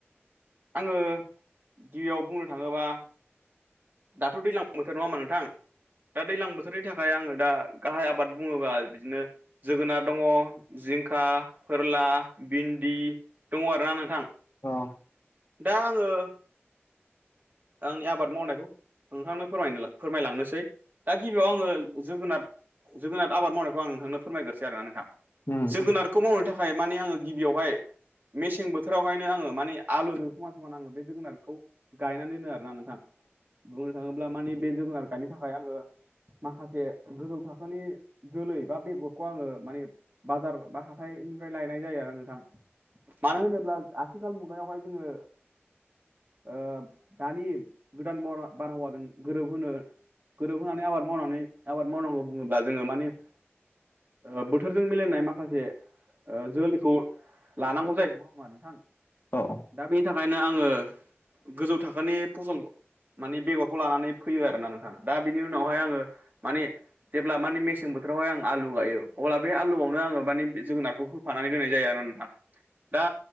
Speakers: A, on the right; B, on the left.
A: आंङो? गिबियाव बुंनो थांङोबा दाथ' दैज्लां बोथोर नंङामा होमबा नोंथां दा दैज्लां बोथोरनि थाखाय आंङो दा गाहाय आबाद बुंङोबा बिदिनो जोगोनार दंङ जिंखा, फोरला, भिन्दि। दंङ आरोना नोंथां।
B: अ
A: दा आंङो आंनि आबाद मावनायखौ नोंथांनो फोर फोरमायलांनोसै दा गिबियाव आंङो जोगोनार जोगोनार आबाद मावनायखौ आं नोंथांनो फोरमायग्रोसै आरोना नोंथां
B: उम
A: जोगोनारखौ मावनो थाखाय माने आंङो गिबियावहाय मेसें बोथोरावहायनो आंङो माने आलुजों समान समान आंङो बे जोगोनारखौ गायनानै दोनो आरोना नों थां बुंनो थांङोब्ला मानि बे जोगोनार गायनो थाखाय आंङो माखासे गोजौ थाखो बिनि जोलै बा बेगरखौ आंङो मानि बाजार बा हाथायनिफ्राय लायनाय जायो आरो नोंथां मानो होनोब्ला आथिखाल मुगायावहाय जोंङो ओ दानि गोदान बारहावाजों गोरोबहोनो गोरोब होनानै आबाद मावनानै आबाद मावनांगौ। बुंंङोब्ला जोंङो मानि ओ बो बोथोरजों मिलायनाय माखासे ओ जोलैखौ लानांगौ जायो नंङा होमबा नोंथां
B: औ
A: दा बेनि थाखायनो आंङो गोजौ थाखो फसल माने बेगरखौ लानानै फैयो आरोना नोंथां दा बिनि उनावहाय आंङो माने जेब्ला माने मेसें बोथोरावहाय आं आलु गायो अब्ला बे आलुआवनो आंङो माने जोगोनारखौ होफानानै दोननाय जाया आरो नोंथां। दा